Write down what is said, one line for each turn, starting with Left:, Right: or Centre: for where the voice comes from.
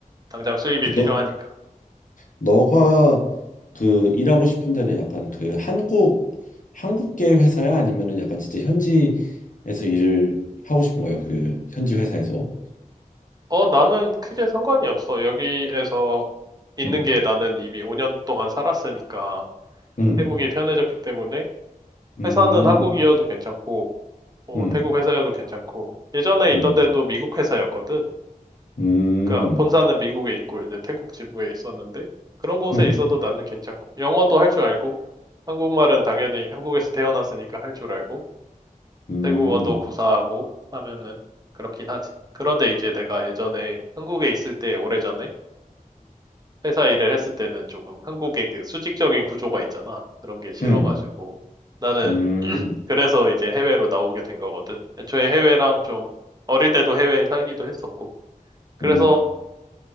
Right: 당장 수입이
Left: 그
Right: 필요하니까.
Left: 너, 너가 그 일하고 싶은 데는 약간 그 한국 한국계 회사야 아니면은 약간 진짜 현지에서 일을 하고 싶은 거야 그 현지 회사에서
Right: 어, 나는 크게 상관이 없어. 여기에서 있는
Left: 음,
Right: 게 나는 이미 5년 동안 살았으니까
Left: 음,
Right: 태국이 편해졌기 때문에
Left: 음,
Right: 회사는 한국이어도 괜찮고 뭐
Left: 음,
Right: 태국 회사여도 괜찮고 예전에
Left: 음,
Right: 있던 데도 미국 회사였거든.
Left: 음,
Right: 그러니까 본사는 미국에 있고 이제 태국 지부에 있었는데 그런 곳에
Left: 음, 음,
Right: 있어도 나는 괜찮고 영어도 할 줄 알고 한국말은 당연히 한국에서 태어났으니까 할 줄 알고
Left: 음,
Right: 태국어도 구사하고 하면은 그렇긴 하지. 그런데 이제 내가 예전에 한국에 있을 때 오래전에 회사 일을 했을 때는 조금 한국의 그 수직적인 구조가 있잖아. 그런 게 싫어가지고
Left: 음,
Right: 나는
Left: 음,
Right: <clears throat> 그래서 이제 해외로 나오게 된 거거든. 애초에 해외랑 좀 어릴 때도 해외에 살기도 했었고. 그래서
Left: 음.